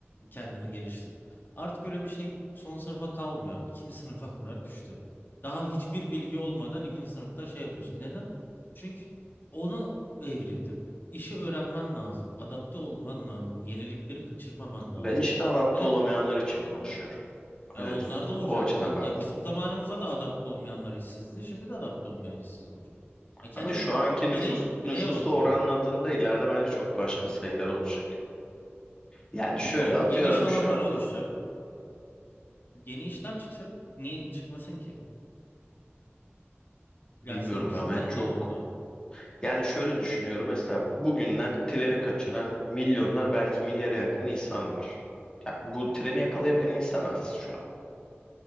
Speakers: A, on the left; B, on the left.
A: Kendini geliştir. Artık öyle bir şey son sınıfa kalmıyor abi. İkinci <laughs> sınıfa kadar düştü. Daha hiçbir bilgi olmadan ikinci sınıfta şey yapıyorsun. Neden? Çünkü ona evrildi. İşi öğrenmen lazım. Adapte olman lazım. Yenilikleri kaçırmaman lazım.
B: Ben işte adapte
A: Ve
B: olamayanlar için konuşuyorum.
A: e,
B: Öyle
A: onlar
B: düş-
A: da olacak.
B: o açıdan
A: Ö-
B: bakma.
A: Ya bizim zamanımıza da adapte olmayanlar işsizdi. Şimdi de adapte olmayan işsiz olacak. Ya kendi
B: Ama şu anki
A: birey
B: nüfus
A: bireye
B: nüfusu
A: bakıyor.
B: oranladığında ileride bence çok başka sayılar olacak. Yani
A: Yo,
B: şöyle atıyorum
A: yeni iş alanları
B: şu an
A: oluşacak. Yeni işler çıkacak. Niye çıkmasın ki?
B: bilmiyorum
A: Yani senin düşüncen
B: ya ben çok
A: ne orada?
B: yani şöyle düşünüyorum mesela bugünden treni kaçıran milyonlar belki milyara yakın insan var. Ya bu treni yakalayabilen insan az şu an.